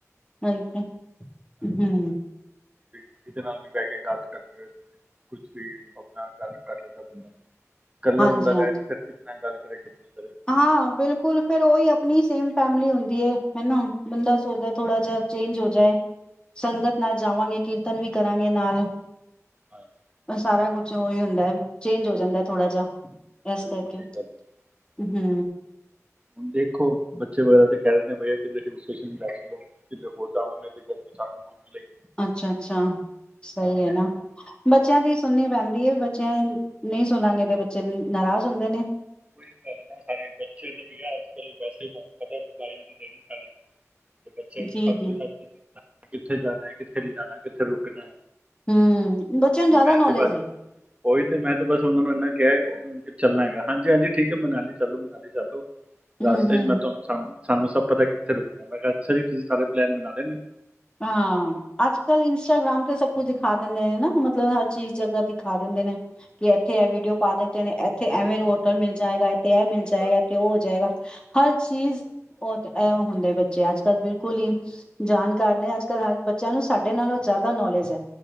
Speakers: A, on the left; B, on the right.
A: ਸਹੀ ਤਾਂ ਹੂ
B: ਕਿਸਦੇ ਨਾਲ ਵੀ ਬਹਿ ਕੇ ਗੱਲ ਕਰਦੇ ਹੋਏ ਕੁਛ ਆਪਣਾ ਗੱਲ ਕਰ ਲਦਾ ਤਦਾ <unintelligible> ਇਕੱਲਾ
A: ਹਾਂਜੀ
B: ਬੰਦਾ ਲਹਿ
A: ਹਾਂਜੀ
B: ਤੇ ਨਾਲ ਗੱਲ ਕਿਰੇ ਕਰ
A: ਹਾਂ ਬਿਲਕੁਲ ਫਿਰ ਉਹੀ ਆਪਣੀ ਸੇਮ ਫੈਮਲੀ ਹੁੰਦੀ ਹਨਾ ਬੰਦਾ ਸੋਚਦਾ ਥੋੜਾ ਜਹਾ ਚੇਂਜ ਹੋ ਜਾਏ ਸੰਗਤ
B: ਬਿਲਕੁਲ
A: ਨਾਲ ਜਾਵਾਂਗੇ ਕੀਰਤ ਕੀਰਤਨ ਵੀ ਕਰਾਂਗੇ ਨਾਲ
B: ਹਾਂਜੀ
A: ਸਾਰਾ ਕੁਛ ਉਹੀ ਹੁੰਦਾ ਚੇਂਜ ਹੋ ਜਾਂਦਾ ਥੋੜਾ ਜਾ ਇਸ
B: ਬਿਲਕੁਲ
A: ਕਰਕੇ
B: ਠੀਕ ਗੱਲ ਹਾਂ
A: ਹੂ
B: ਹੁਣ ਦੇਖੋ ਬੱਚੇ ਵਗੈਰਾ ਤੇ ਕਹਿ ਰਿੰਦੇ ਬਈਆ ਕਿ ਹਿਲ ਸਟੇਸ਼ਨ ਲੈ ਚਲੋਕਿਤੇ ਹੋਰ ਜਾਵਾਂਗੇ ਤੇ ਗਰਮੀ ਸਾਨੂੰ ਬਹੁਤ ਮਿਲੇਗੀ
A: ਅੱਛਾ ਅੱਛਾ ਸਹੀ
B: ਹਾਂਜੀ
A: ਹੈ। ਨਾ
B: ਹਾਂ
A: ਬੱਚਿਆਂ
B: ਹਾਂ
A: ਦੀ ਸੁਣਨੀ ਪੈਂਣਦੀ ਬੱਚਿਆਂ ਨਹੀਂ ਸੁਣਾਂਗੇ ਤੇ ਬੱਚੇ ਨਾਰਾਜ਼ ਹੁੰਦੇ ਨੇ
B: ਉਹੀ ਗੱਲਦਾ ਸਾਰੇ ਬੱਚੇ ਤੇ ਵੀ ਅੱਜ ਕੱਲ ਵੈਸੇ ਪਤਾ ਨਹੀਂ ਦੇਣੇ ਸਾਰੇ ਤੇ ਬੱਚਿਆਂ ਨੂੰ
A: ਜੀ
B: ਸਭ
A: ਜੀ।
B: ਸ ਕਿੱਥੇ ਜਾਣਾ ਹੈ। ਕਿੱਥੇ ਨੀ ਜਾਣਾ ਕਿੱਥੇ ਰੁਕਣਾ
A: ਹੂੰ ਬੱਚਿਆਂ ਨੂੰ ਜ਼ਿਆਦਾ
B: ਮੈਂ
A: ਨੌਲੇਜ
B: ਤੇ ਬਸ
A: ਹੈ।
B: ਉਹੀ ਤੇ ਮੈਂ ਤੇ ਬਸ ਉਹਨਾਂ ਨੂੰ ਇੰਨਾ ਕੈਕੇ ਕੁੱਦਣਾ ਚਲਨਾ ਹੈਗਾ। ਹਾਂਜੀ ਹਾਂਜੀ ਠੀਕ ਹੈ। ਮਨਾਲੀ ਚੱਲੋ ਮਨਾਲੀ ਚੱਲੋ
A: ਹੂੰ
B: ਰਾਸਤੇ
A: ਹੂੰ।
B: ਮੈਂ ਤੁ ਸਾਮ ਸਾਨੂੰ ਸਭ ਪਤਾ ਕਿੱਥੇ ਰੁਕਣਾ ਪੇਗਾ ਅਛਾ ਜੀ। ਤੁਸੀਂ ਸਾਰੇ ਪਲਾਨ ਬਣਾ ਲਏ ਨੇ
A: ਹਾਂ ਅੱਜ ਕੱਲ ਇੰਸਟਾਗ੍ਰਾਮ ਤੇ ਸਭ ਕੁਝ ਦਿਖਾ ਦਿੰਦੇ ਨੇ ਨਾ ਮਤਲਬ ਹਰ ਚੀਜ਼ ਜਗ੍ਹਾ ਦਿਖਾ ਦਿੰਦੇ ਨੇ ਕਿ ਇੱਥੇ ਇਹ ਵੀਡੀਓ ਪਾ ਦਿੰਦੇ ਨੇ ਇੱਥੇ ਐਵੇਂ ਹੋਟਲ ਮਿਲ ਜਾਏਗਾ ਇਥ ਤੇ ਇਹ ਮਿਲ ਜਾਏਗਾ
B: ਬਸ
A: ਤੇ ਉਹ ਹੋ ਜਾਏਗਾ ਹਰ ਚੀਜ਼ ਉਹ ਤਾਂ ਐਉਂ ਹੁੰਦੇ ਬੱਚੇ ਅੱਜ ਕੱਲ ਬਿਲਕੁਲ। ਸਕੂਲੀ ਜਾਣਕਾਰ ਨੇ ਅੱਜ ਕੱਲ ਹਰ ਬੱਚਾ ਨਾ ਸਾਡੇ ਨਾਲੋਂ ਜ਼ਿਆਦਾ ਨੌਲੇਜ ਹੈ।